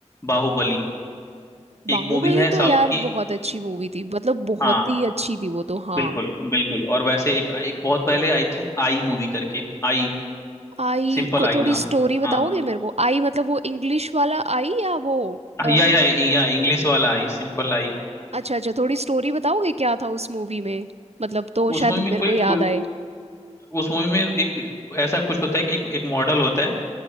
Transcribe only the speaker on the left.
बाहुबली एक
मूवी है
साउथ
की
हाँ
बिल्कुल बिल्कुल और वैसे एक एक बहुत पहले आई थी आई मूवी करके आई
सिंपल
आई
नाम
हाँ
या
या या इंग्लिश वाला आई सिंपल आई
उस
मूवी में
कोई,
कोई
उस मूवी में एक ऐसा कुछ होता है कि एक, एक मॉडल होता है